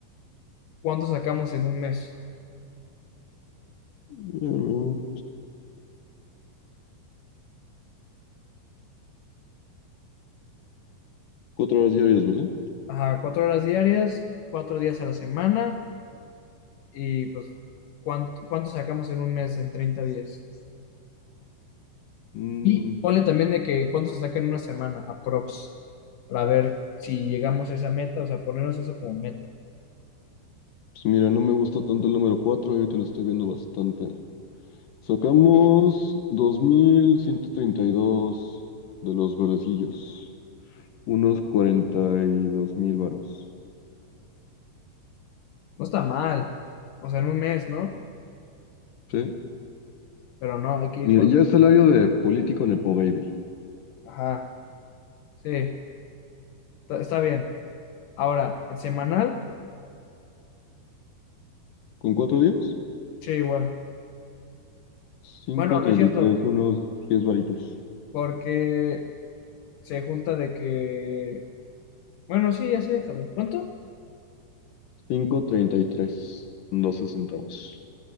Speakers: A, on the left; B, on the left.
A: ¿Cuánto sacamos en un mes?
B: Bueno, Cuatro horas diarias, ¿verdad?
A: Ajá, cuatro horas diarias, cuatro días a la semana. Y pues, ¿cuánto, cuánto sacamos en un mes en 30 días?
B: Mm,
A: Y ponle también de que cuánto se saca en una semana, aprox, para ver si llegamos a esa meta, o sea, ponernos eso como meta.
B: pues mira, no me gusta tanto el número cuatro, ahorita lo estoy viendo bastante. Sacamos 2.132 de los verdecillos, unos cuarenta y dos mil varos.
A: No está mal, o sea, en un mes, ¿no?
B: ¿Sí?
A: Pero no, hay que ir
B: Mira,
A: por...
B: ya el salario de político Nepo Baby.
A: Ajá, sí, está está bien. Ahora, el semanal,
B: ¿Con cuatro días?
A: sí, igual.
B: cinco
A: Bueno,
B: treinta
A: no es cierto,
B: y tres, unos 10 varitos.
A: porque se junta de que. Bueno, sí, así déjalo. ¿Cuánto?
B: Cinco treinta y tres, 12 centavos.